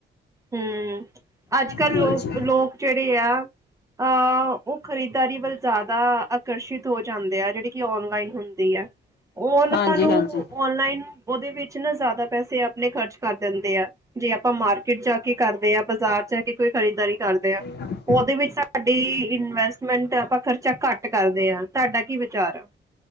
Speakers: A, on the right; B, on the left.
A: ਹੂੰ, ਅੱਜਕੱਲ੍ਹ
B: ਹਾਂਜੀ
A: ਲੋਕ ਲੋਕ ਜੇੜੇ ਆ। ਅ ਓ ਖਰੀਦਦਾਰੀ ਵੱਲ ਜ਼ਿਆਦਾ ਆਕਰਸ਼ਿਤ ਹੋ ਜਾਂਦੇ ਆ, ਜੇੜੇ ਕਿ ਔਨਲਾਈਨ ਹੁੰ ਓਨਾਂ
B: ਹਾਂਜੀ
A: ਨੂੰ
B: ਹਾਂਜੀ
A: ਔਨਲਾਈਨ ਓਦੇ ਵਿੱਚ ਨਾ ਜ਼ਿਆਦਾ ਪੈਸੇ ਆਪਣੇ ਖਰਚ ਕਰ ਦਿੰਦੇ ਆ ਜੇ ਆਪਾਂ ਮਾਰਕੀਟ ਜਾ ਕੇ ਕਰਦੇ ਆ, ਬਾਜ਼ਾਰ ਚ ਆ ਕੇ ਕੋਈ ਖਰੀਦਦਾਰੀ ਕਰਦੇ ਆ।
B: ਹੂੰ
A: ਓਦੇ ਵਿੱਚ ਤੁਆਡੀ ਇਨਵੈਸਟਮੈਂਟ ਆਪਾਂ ਖਰਚਾ ਘੱਟ ਕਰਦੇ ਹਾਂ, ਤੁਹਾਡਾ ਕੀ ਵਿਚਾਰ ਆ।